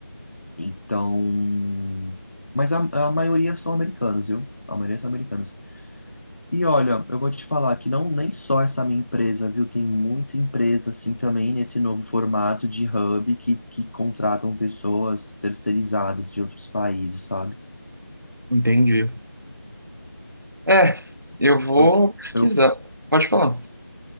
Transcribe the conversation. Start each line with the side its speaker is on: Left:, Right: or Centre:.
Left: Então, mas a, a maioria são americanos, viu? A maioria são americanos. E olha, eu vou te falar que não nem só essa minha empresa, viu? Tem muita empresa assim também nesse novo formato de hub que, que contratam pessoas terceirizadas de outros países, sabe?
Right: Entendi. É, eu vou
Left: Eu,
Right: pesquisar.
Left: eu
Right: Pode falar.